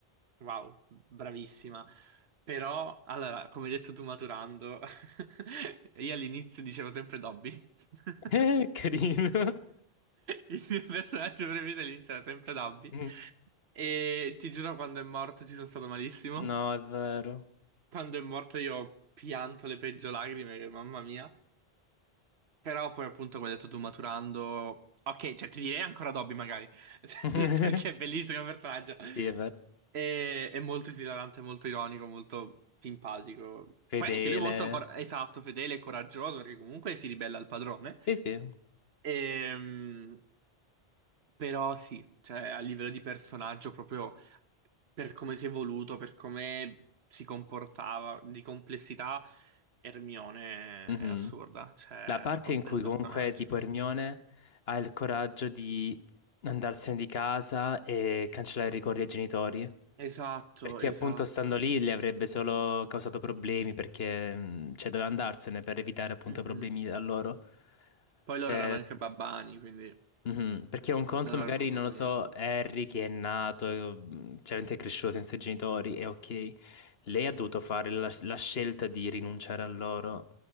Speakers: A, on the right (about 85°); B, on the left (about 75°).
A: wow, bravissima. Però, allora, come hai detto tu maturando, <laughs> io all'inizio dicevo sempre Dobby. <laughs>
B: Eh, <laughs> carino.
A: Il mio personaggio preferito all'inizio era sempre Dobby.
B: Mm.
A: E ti giuro, quando è morto ci sono stato malissimo.
B: No, è vero.
A: Quando è morto io ho pianto le peggio lacrime, che mamma mia. Però poi appunto come hai detto tu maturando... Ok, cioè ti direi ancora Dobby magari, <laughs>
B: <laughs>
A: perché è bellissimo il personaggio.
B: Sì, è vero.
A: E- È, molto esilarante, molto ironico, molto simpatico.
B: Fedele.
A: Poi anche lui molto, cor- esatto, fedele e coraggioso, perché comunque si ribella al padrone.
B: Sì, sì.
A: Ehm, però sì, cioè a livello di personaggio, proprio per come si è evoluto, per come si comportava, di complessità, Hermione
B: Mhm.
A: è assurda, cioè
B: La parte
A: è proprio
B: in
A: un
B: cui
A: bel personaggio.
B: comunque tipo Hermione ha il coraggio di andarsene di casa e cancellare i ricordi ai genitori.
A: Esatto,
B: Perché
A: esatto.
B: appunto stando lì le avrebbe solo causato problemi perché mh, cioè, doveva andarsene per evitare appunto
A: Mhm.
B: problemi a loro.
A: Poi
B: Cioè,
A: loro erano anche babbani, quindi
B: mhm, Perché un conto
A: non
B: magari,
A: avrebbero potuto
B: non lo
A: fare
B: so,
A: niente.
B: Harry che è nato, mh, chiaramente è cresciuto senza i genitori, e ok, lei ha dovuto fare la, la scelta di rinunciare a loro.